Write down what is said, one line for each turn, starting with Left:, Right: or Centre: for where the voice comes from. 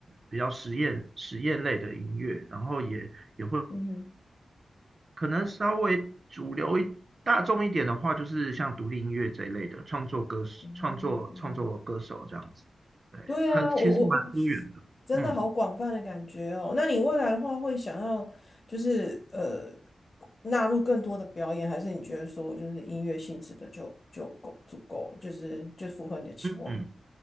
Right: 比较实验实验类的音乐，然后也。也会。
Left: 嗯哼，
Right: 可能稍微主流一大众一点的话，就是像独立音乐这一类的创作歌手创作创作歌手这样子。
Left: 嗯
Right: 对，
Left: 对啊，
Right: 很其实蛮多元的。
Left: 我我我真的好广泛的感觉哦。
Right: 嗯
Left: 那你未来的话，会想要就是呃纳入更多的表演，还是你觉得说就是音乐性质的就就够足够了，就是就符合你的期望
Right: 嗯嗯，